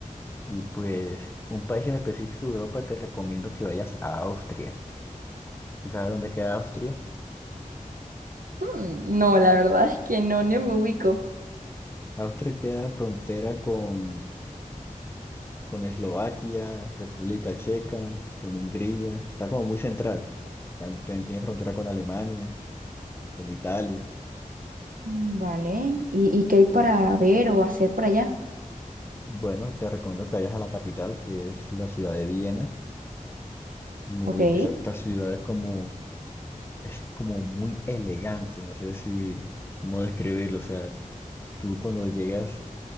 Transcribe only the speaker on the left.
Y pues un país en específico de Europa te recomiendo que vayas a Austria. ¿Sí sabes dónde queda Austria?
Austria queda frontera con, con Eslovaquia, República Checa, con Hungría. Está como muy central. También tiene frontera con Alemania, con Italia.
Bueno, te recomiendo que vayas a la capital, que es la ciudad de Viena muy,
esa, esta ciudad es como, es como muy elegante, no sé si, cómo describirlo, o sea, tú cuando llegas